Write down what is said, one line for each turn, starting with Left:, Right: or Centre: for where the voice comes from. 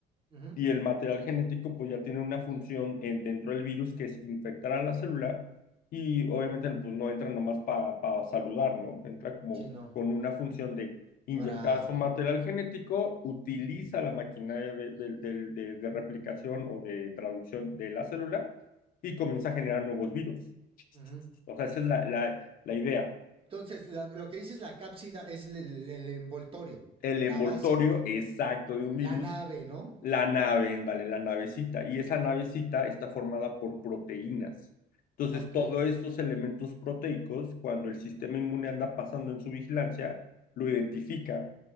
Right: ujú.
Left: y el material genético pues ya tiene una función en- dentro del virus que es infectar a la célula y obviamente pues no entra nomás para pa saludar, ¿no? Entra como
Right: Sí, no,
Left: con una función de inyectar
Right: para...
Left: su material genético, utiliza la maquinaria de, de- de- de- de replicación o de traducción de la célula y comienza a generar nuevos virus.
Right: ujú.
Left: O sea, esa es la, la, la idea.
Right: Entonces, la- lo, que dices la cápsida es el, el- el envoltorio,
Left: El
Right: la
Left: envoltorio
Right: base,
Left: exacto de un virus
Right: la nave, ¿no?
Left: La nave, ándale, la navecita. Y esa navecita está formada por proteínas. Entonces,
Right: Ok,
Left: todos estos elementos proteicos, cuando el sistema inmune anda pasando en su vigilancia, lo identifica.